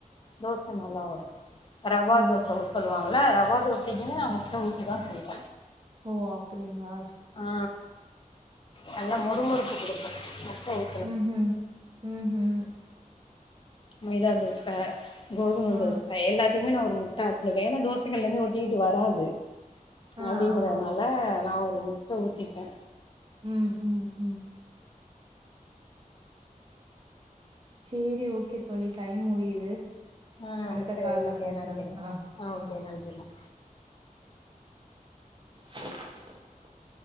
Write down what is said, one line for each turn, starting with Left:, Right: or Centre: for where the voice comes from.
Left: தோச நல்லா வரு ரவா
Right: ஓ!
Left: தோச ஊத் சொல்லுவாங்கள ரவா தோசைக்குமே நா முட்ட ஊத்திதா செய்வ
Right: ஓ அப்டிங்களா
Left: ஆ நல்லா மொறுமொறுப்பு கொடுக்கு முட்ட ஊ
Right: ஹ் ஹும் ஹ் ஹும்
Left: மைதா தோச கோதும
Right: ஆ,
Left: தோச எல்லாத்திக்குமே நா ஒரு முட் ட ஏன்னா கள்ல இருந்து ஒட்டிக்கிட்டு வராது
Right: ஆ.
Left: அப்படிங்கறதுனால
Right: ஆமாமா.
Left: நா ஒரு முட் முட்ட ஊத்திப்பே
Right: ம் ம் ம் செரி ஓகே தோழி டைம் முடியுது
Left: ஆ
Right: அடுத்த
Left: சரி
Right: கால்ல
Left: ஓகே
Right: பேசலாங்
Left: நன்றிங்க
Right: ஆ
Left: ஓகே
Right: ஆ
Left: நன்றிம்மா
Right: <inaudible>